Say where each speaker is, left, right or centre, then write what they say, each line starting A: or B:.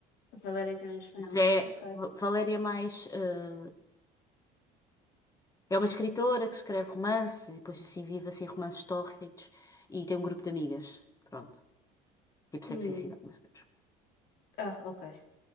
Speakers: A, on the left; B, on the left.
A: A Valéria também é espanhola.
B: Mas é
A: Ok.
B: Va- Valéria é mais. ah, é uma escritora que escreve romances e depois assim vive assim romances tórridos e tem um grupo de amigas. Pronto. Tipo
A: Hum,
B: Sexy and the City, mais ou menos.
A: ah, ok.